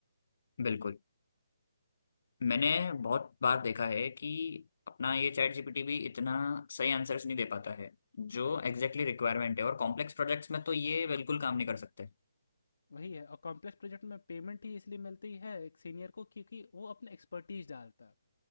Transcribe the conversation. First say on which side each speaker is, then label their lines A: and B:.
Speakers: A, on the left; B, on the left.
A: बिल्कुल मैंने बहुत बार देखा है कि अपना ये चैट जीपीटी भी इतना सही आंसर्स नहीं दे पाता है जो एग्जैक्टली रिक्वायरमेंट है और कॉम्प्लेक्स प्रोजेक्ट्स में तो ये बिल्कुल काम नहीं कर सकते
B: वही है और कॉम्प्लेक्स प्रोजेक्ट में पेमेंट ही इसलिए मिलती है एक सीनियर को क्योंकि वो अपने एक्सपर्टीज डालता है